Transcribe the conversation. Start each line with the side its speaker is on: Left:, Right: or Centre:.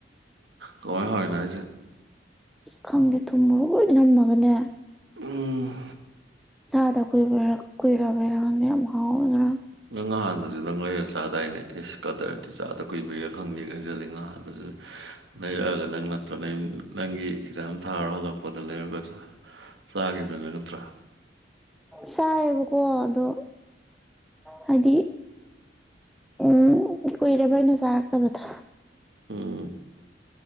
Right: ꯀꯃꯥꯏꯟ ꯍꯥꯎꯔꯤꯅꯣ ꯍꯥꯏꯖꯦ
Centre: ꯈꯪꯗꯦ ꯊꯨꯝ ꯃꯣꯔꯣꯛ ꯂꯣꯏꯅ ꯅꯝꯃꯒꯅꯦ
Right: ꯎꯝ
Centre: ꯆꯥꯗ ꯀꯨꯏꯕꯩꯔ ꯀꯨꯏꯔꯕꯩꯔ ꯈꯪꯗꯦ ꯌꯥꯝ ꯍꯥꯎꯋꯦ ꯉꯔꯥꯡ
Right: ꯅꯪ ꯉꯍꯟꯗꯖꯨ ꯅꯪ ꯂꯩꯔ ꯆꯥꯗꯥꯏꯅꯦ ꯏꯁ ꯀꯗꯔꯗꯤ ꯆꯥꯗ ꯀꯨꯏꯕꯩꯔꯥ ꯈꯪꯗꯦ ꯀꯥꯏ ꯍꯥꯏꯖꯜꯂꯦ ꯅꯍꯥꯟꯗꯖꯨ ꯂꯩꯔꯛꯑꯒ ꯅꯪ ꯅꯠꯇ꯭ꯔ ꯅꯪ ꯅꯪꯒꯤ ꯑꯦꯛꯖꯥꯝ ꯊꯥꯔꯨꯔꯒ ꯍꯜꯂꯛꯄꯗ ꯂꯩꯔꯒ ꯅꯠꯇ꯭ꯔ ꯆꯥꯒꯤꯕꯗꯨ ꯅꯪ ꯅꯠꯇ꯭ꯔꯥ
Centre: ꯆꯥꯏꯌꯦꯕꯀꯣ ꯑꯗꯣ ꯍꯥꯏꯗꯤ ꯎꯝ ꯀꯨꯏꯔꯦꯕ ꯑꯩꯅ ꯆꯥꯔꯛꯇꯕꯗꯣ
Right: ꯎꯝ